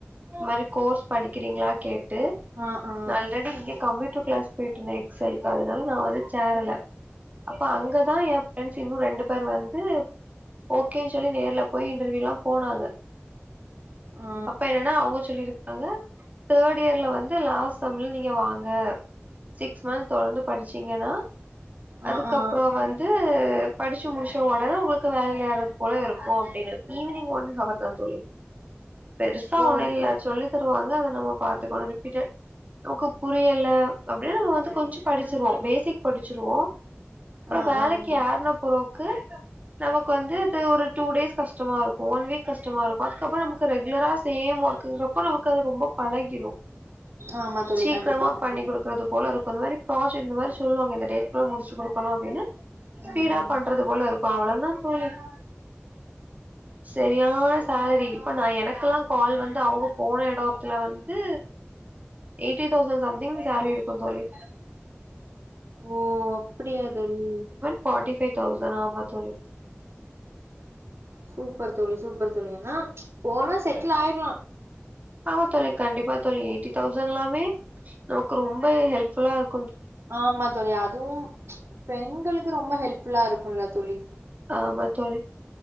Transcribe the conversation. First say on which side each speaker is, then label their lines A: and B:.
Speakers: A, on the right (about 35°); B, on the right (about 85°).
A: இந்த மாதிரி கோர்ஸ் படிக்கிறீங்ளா கேட்டு
B: ஆ ஆ
A: ஆல்ரெடி இங்க கம்ப்யூட்டர் க்ளாஸ் போய்ட்ருந்தே எக்ஸல்க்கு அதுனால நா வந்து சேரல அப்ப அங்கதா எஏ ஃபிரெண்ட்ஸ் இன்னு ரெண்டு பேர் வந்து ஓகேன் சொல்லி நேர்ல போய் இன்டர்வியுல்லா போனாங்க
B: ஆ
A: அப்ப என்னன்னா அவுங்க சொல்லிருக்காங்க தேர்ட் இயர்ல வந்து லாஸ்ட் சம்ல வாங்க சிக்ஸ் மந்த் தொடர்ந்து படிச்சீங்கன்னா
B: ஆ
A: அதுக்கப்றோ
B: ஆ
A: வந்து படிச்சு முடிச்ச ஒடனே உங்களுக்கு மேல ஏர்றது போல இருக்கு அப்டீன்னு ஈவினிங் ஒன்ஹவர் தா தோழி பெருசா
B: ஓ
A: ஒன்னு இல்ல சொல்லி தருவாங்க அத நம்ம பாத்துக்கணு ரிப்பீட்டட் நமக்கு புரியல அப்டின்னா நம்ம வந்து கொஞ்சோ படிச்சிருவோ பேசிக் படிச்சிருவோ அப்றோ
B: ஆ
A: வேலைக்கு
B: ஆ
A: யாருன்ன புறோக்கு நமக்கு வந்து அது ஒரு டூ டேஸ் கஷ்டமா இருக்கு. ஒன் வீக் கஷ்டமா இருக்கு அதுக்கப்றோ நமக்கு ரெகுலரா சேம் ஒர்க் இருக்குங்கிறப்ப நமக்கு அது ரொம்ப பழகிரு
B: ஆமா தோழி
A: சீக்கரமா
B: கண்டிப்பா கண்டிப்பா.
A: பண்ணி குடுக்கறது போல இருக்கு இந்த மாதிரி ப்ராஜக்ட் இந்த மாரி சொல்லுவாங்க இந்த டேட்க்குள்ள முடிச்சு குடுக்கணு அப்டின்னு ஸ்பீடா
B: ம்.
A: பண்றது போல இருக்கு அவ்ளதா தோணுது செரியா சேலரி இப்ப நா எனக்கெல்லா கால் வந்து அவங்க போன இடத்துல வந்து எய்ட்டி தௌசண்ட் சம்திங் சேரி இருக்கு தோழி
B: ஓ அப்படியா தோழி
A: ஃபார்ட்டிஃபைவ் தௌசண்ட் ஆமா தோழி
B: சூப்பர் தோழி சூப்பர் தோழி ஏன்னா போனா செட்டில் ஆய்ட்லா
A: ஆமா தோழி கண்டிப்பா தோழி எய்ட்டி தௌசண்ட்ல்லாமே நமக்கு ரொம்ப ஹெல்ப்ஃபுல்லா இருக்
B: ஆமா தோழி அதுவு பெண்களுக்கு ரொம்ப ஹெல்ப்ஃபுல்லா இருக்குல்ல தோழி
A: ஆமா தோழி